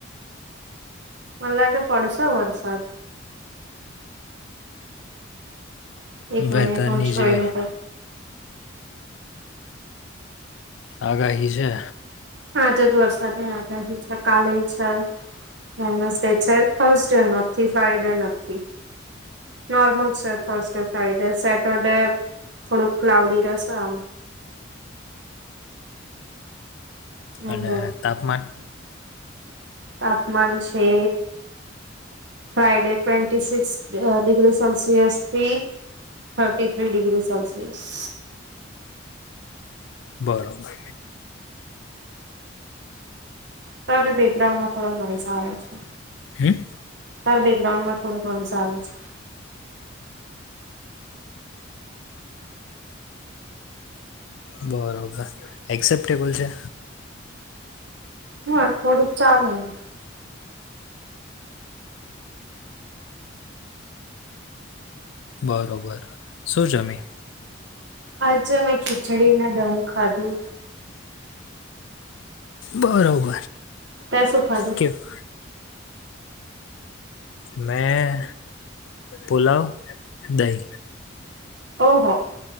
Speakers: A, on the right; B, on the left.
A: મન લાગે પડશે વરસાદ. એક
B: વેધરની
A: મનિટ હું જોઈને
B: જે
A: કવ.
B: આગાહી છે.
A: આજેજ વરસાદની આગાહી છે, કાલેઈ છે. વેનસડે છે, થર્સડે નથી, ફ્રાઈડે નથી. નોર્મલ છે થર્સડે, ફ્રાઈડે, સેટરડે થોડુંક ક્લાઉડી રેશે આમ. હમ
B: અને
A: બોલ
B: તાપમાન?
A: તાપમાન છે Friday twenty six uh degrees Celsius થી થર્ટી થ્રી ડિગ્રી સેલ્સિયસ.
B: બરોબર.
A: તાર બેકગ્રાઉન્ડ માં થોડા નોઇસ આવે છે.
B: હમ
A: તાર બેકગ્રાઉન્ડમા થોડો નોઈસ આવે છે.
B: બરોબર, એક્સેપ્ટેબલ છે?
A: હા થોડુંક ચાલેમ.
B: બરોબર, શું જમી?
A: આજ મેં ખીચડી ના દહી ખાધું
B: બરોબર
A: તે સુ ખાધુ
B: કેવું મેં પુલાવ દહી
A: ઓહો